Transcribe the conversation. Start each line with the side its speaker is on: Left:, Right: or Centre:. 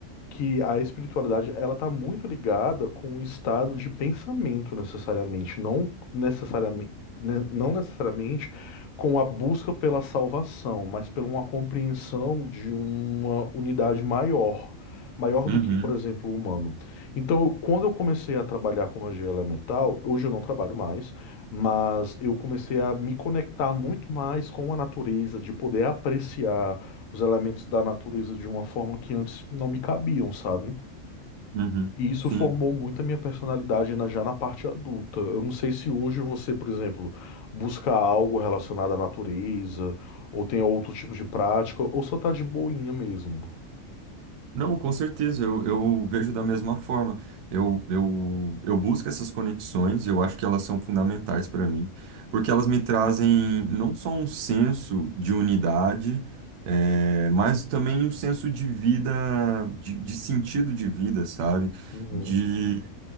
Left: que a espiritualidade ela está muito ligada com o estado de pensamento necessariamente, não necessariamente, não necessariamente com a busca pela salvação, mas pela uma compreensão de uma unidade maior, maior
Right: uhum,
Left: do que, por exemplo, o humano. Então, quando eu comecei a trabalhar com magia elemental, hoje eu não trabalho mais, mas eu comecei a me conectar muito mais com a natureza, de poder apreciar os elementos da natureza de uma forma que antes não me cabiam, sabe?
Right: uhum,
Left: E isso
Right: sim.
Left: formou muito a minha personalidade na- já na parte adulta. Eu não sei se hoje você, por exemplo, busca algo relacionado à natureza, ou tem outro tipo de prática, ou só tá de boinha mesmo.
Right: Não, com certeza, eu, eu vejo da mesma forma. Eu, eu, eu busco essas conexões e eu acho que elas são fundamentais para mim, porque elas me trazem não só um senso de unidade, eh, mas também um senso de vida, de, de sentido de vida, sabe?
Left: Uhum,
Right: De,